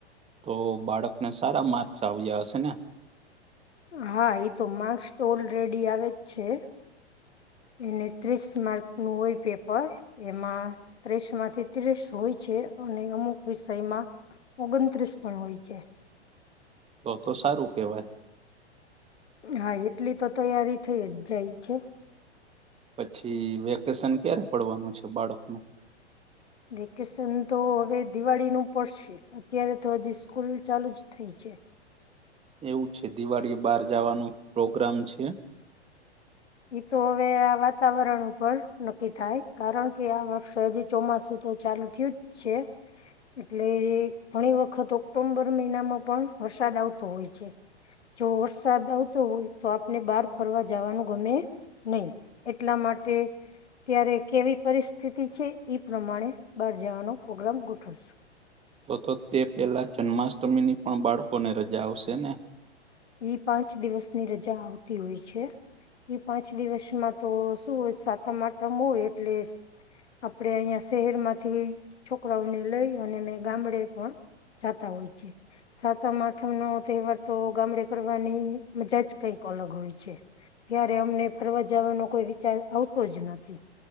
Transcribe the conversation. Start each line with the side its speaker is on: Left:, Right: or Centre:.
Right: તો બાળકને સારા માર્ક્સ આવ્યા હશે ને.
Left: હા એ તો માર્ક્સ તો ઓલ રેડી આવે જ છે. એને ત્રીસ માર્કનું હોય પેપર એમાં ત્રીસ માંથી ત્રીસ હોય છે, અને અમુક વિષયમાં ઓગણત્રીસ પણ હોય છે.
Right: તો તો સારું કેવાય
Left: હા એટલી તો તૈયારી થઈ જ જાય છે.
Right: પછી વેકેશન ક્યારે પડવાનું છે બાળકનું
Left: વેકેશન તો હવે દિવાળી નું પડશે અત્યારે તો હજી સ્કૂલ ચાલુ જ થઇ છે
Right: એવું છે દિવાળી બહાર જવાનું પ્રોગ્રામ છે
Left: એ તો હવે આ વાતાવરણ ઉપર નક્કી થાય કારણ કે આ વર્ષે હજી ચોમાસું તો ચાલુ થયુ જ છે એટલે ઘણી વખત ઓક્ટોમ્બર મહિનામાં પણ વરસાદ આવતો હોય છે જો વરસાદ આવતો હોય તો આપને બહાર ફરવા જવાનું ગમે નહી એટલા માટે ત્યારે કેવી પરિસ્થિતિ છે એઈ પ્રમાણે બહાર જવાનો પ્રોગ્રામ ગોઠવશું
Right: તો તો તે પેલા જન્માષ્ટમીની પણ બાળકોને રજા આવશે ને
Left: ઈ પાંચ દિવસની રજા આવતી હોય છે એ પાંચ દિવસમાં તો શું હોય સાતમ આટમ હોય એટલે આપણે અહિયાં શહેર માંથી છોકરાઓને લઈ અને મેં ગામડે પણ જતા હોય છે સાતમ આઠમ નો તહેવાર તો ગામડે કરવાની મજા જ કઈક અલગ હોય છે ત્યારે અમને ફરવા જવાનો કોઈ વિચાર આવતો જ નથી